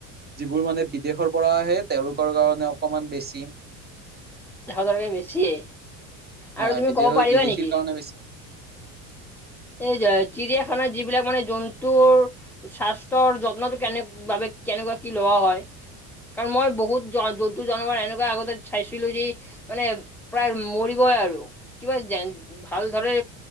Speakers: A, on the right (about 25°); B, in the centre.
A: যিবোৰ মানে বিদেশৰ পৰা আহে তেওঁলোকৰ কাৰণে অকমান বেছি।
B: এশ টকাতকে বেছিয়ে আৰু
A: হয়
B: তুমি
A: বিদেশ
B: ক'ব পাৰিবা
A: বিদেশীৰ
B: নেকি
A: কাৰণে বেছি।
B: এই যে চিৰিয়াখানাৰ যিবিলাক মানে জন্তুৰ স্বাস্থ্যৰ যত্নটো কেনে বাবে কেনেকুৱা কি লোৱা হয়? কাৰণ, মই বহুত <unintelligible> জন্তু জানোৱাৰ এনেকুৱা আগতে চাইছিলো যি মানে প্ৰায় মৰিবই আৰু কিবা যেন, ভাল ধৰে